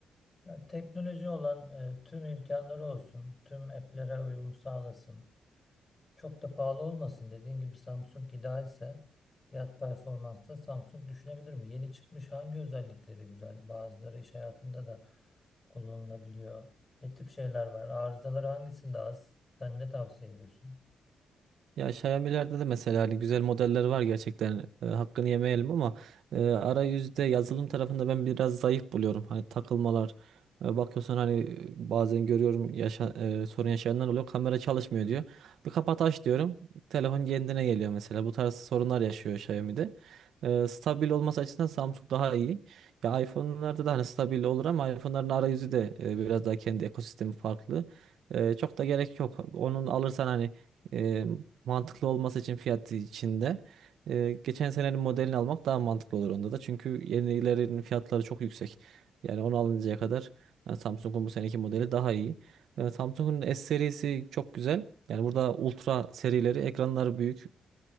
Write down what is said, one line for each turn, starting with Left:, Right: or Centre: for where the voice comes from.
Left: Yani teknoloji olan e, tüm imkanları olsun. Tüm app'lere uyum sağlasın. Çok da pahalı olmasın. Dediğin gibi Samsung idealse fiyat performansta Samsung düşünebilirim. Yeni çıkmış hangi özellikleri güzel? Bazıları iş hayatında da kullanılabiliyor. Ne tip şeyler var? Arızaları hangisinde az? Sen ne tavsiye ediyorsun?
Right: Ya Xiaomi'lerde de mesela hani güzel modeller var gerçekten e, hakkını yemeyelim ama e, arayüzde yazılım tarafında ben biraz zayıf buluyorum. Hani takılmalar e, bakıyorsun hani e, bazen görüyorum yaşa, e, sorun yaşayanlar oluyor kamera çalışmıyor diyor. Bir kapat aç diyorum telefon kendine geliyor mesela bu tarz sorunlar yaşıyor Xiaomi'de. E, stabil olması açısından Samsung daha iyi. Ya iPhone'larda da hani stabil olur ama iPhone'ların arayüzü de e, biraz daha kendi ekosistemi farklı. E, çok da gerek yok. Onun alırsan hani e, mantıklı olması için fiyat içinde e, geçen senenin modelini almak daha mantıklı olur onda da. Çünkü yenilerin fiyatları çok yüksek. Yani onu alıncaya kadar e, Samsung'un bu seneki modeli daha iyi. E, Samsung'un S serisi çok güzel. Yani burada ultra serileri ekranları büyük